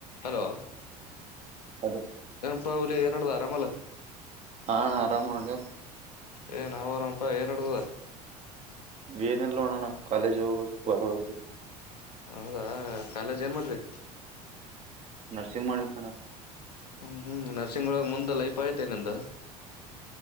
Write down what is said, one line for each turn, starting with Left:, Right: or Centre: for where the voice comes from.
Left: ಹಲೋ
Right: ಹಲೋ
Left: ಪ ಅವಲಿ ಏನಡದ ಆರಾಮಲೆ
Right: ಹಾ ಆರಾಮ ಮಾಡಜ
Left: ಏ ನಾವ್ರಾಮಪಾ ಏನ್ ಆಡ್ತದ
Right: ವೇನೆಲ್ಲೋಣಣ ಕಲೇಜ ಹೋಗ ಹೊರವ
Left: ಹೌದಾ ಕಾಲೇಜ್ ಏನ್ ಮಾಡ್ರಿ
Right: ನರ್ಸಿಂಗ್ ಮಾಡಿದ ಮದ
Left: ಹ್ಮ್ ಹ್ಮ್ ನರಸಿಂಗೋಳಗ್ ಮುಂದೆ ಲೈಪ್ ಆಯ್ತೆನಂದ